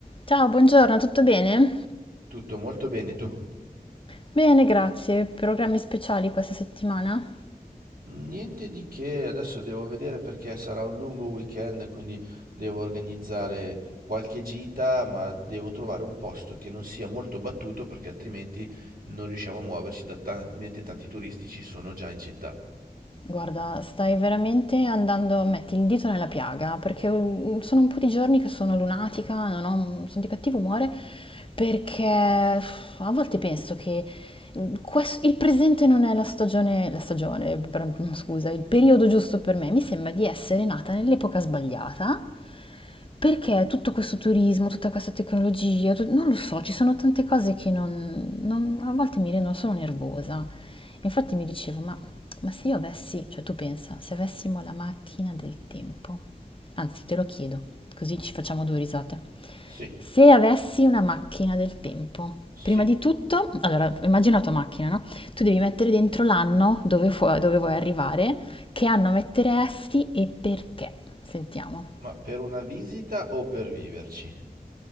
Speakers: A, on the left (about 35°); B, on the right (about 70°).
A: Ciao, buongiorno, tutto bene?
B: Tutto molto bene, tu?
A: Bene, grazie. Programmi speciali questa settimana?
B: Niente di che, adesso devo vedere perché sarà un lungo weekend, quindi devo organizzare qualche gita, ma devo trovare un posto che non sia molto battuto perché altrimenti non riusciamo a muoverci da talmente tanti turisti ci sono già in città.
A: Guarda, stai veramente andando, metti il dito nella piaga, perché mm, sono un po' di giorni che sono lunatica, non ho- mm, sono di cattivo umore, perché uff, a volte penso che mm, quest- il presente non è la stagione, la stagione, bra- scusa, il periodo giusto per me. Mi sembra di essere nata nell'epoca sbagliata Perché tutto questo turismo, tutta questa tecnologia, tu- non lo so, ci sono tante cose che non, non- a volte mi rendono solo nervosa. Infatti mi dicevo, ma, ma se io avessi, cioè tu pensa, se avessimo la macchina del tempo, anzi te lo chiedo, così ci facciamo due risate.
B: Sì,
A: Se avessi una macchina del tempo,
B: sì.
A: prima di tutto, allora immagina la tua macchina, no? Tu devi mettere dentro l'anno dove, fu- dove vuoi arrivare, che anno metteresti e perché. Sentiamo.
B: Ma per una visita o per viverci?